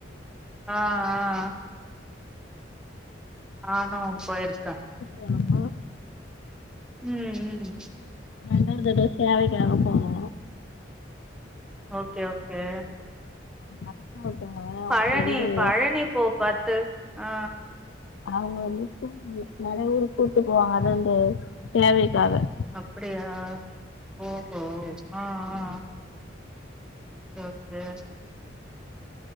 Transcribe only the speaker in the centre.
ஆ ஆ ஆ நா போயிருக்கா
ம் ம்
ஓகே ஓகே
பழனி
பழனி போ பாத்து ஆ
அப்டியா ஓஹோ ஆ ஆ ஓகே ஓகே